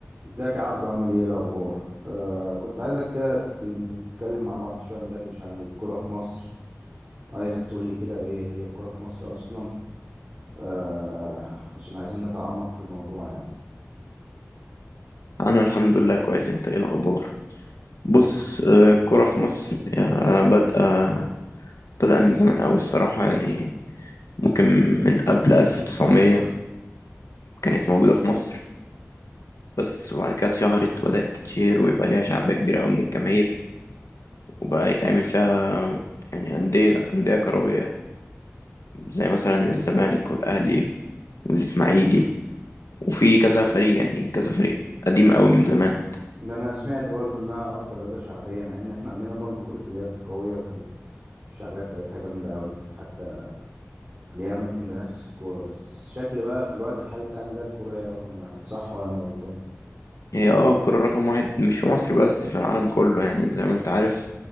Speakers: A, on the right (about 30°); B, on the left (about 85°).
A: ازيك يا عبدو عامل ايه إيه الاخبار آه كنت عايزك كده ت- نتكلم مع بعض شويه ندردش عن الكوره في مصر عايزك تقول لي كده ايه هي الكوره في مصر اصلا آه عشان عايزين نتعمق في الموضوع يعني
B: انا الحمد لله كويس انت ايه الاخبار بص آه، الكرة في مصر هي بادئه بدأ من زمان قوي الصراحة يعني ممكن من قبل 1900 كانت موجودة في مصر بس وبعد كده اتشهرت وبدأت تتشهر ويبقى ليها شعبية كبيرة قوي من الجماهير وبقى يتعمل فيها يعني أندية أندية كروية زي مثلا الزمالك والأهلي والإسماعيلي وفي كذا فريق يعني كذا فريق قديم قوي من زمان
A: ما انا سمعت برضو انها اكتر رياضه شعبيه مع ان احنا عندنا برضو كره اليد قويه وكانت الشعبيه بتاعتها جامده قوي حتى تلاقيها ممكن تنافس الكوره بس شكل بقى في الوقت الحالي بتاعنا ده الكوره هي رقم واحد صح ولا انا غلطان
B: هي اه الكرة رقم واحد مش في مصر بس في العالم كله يعني زي ما انت عارف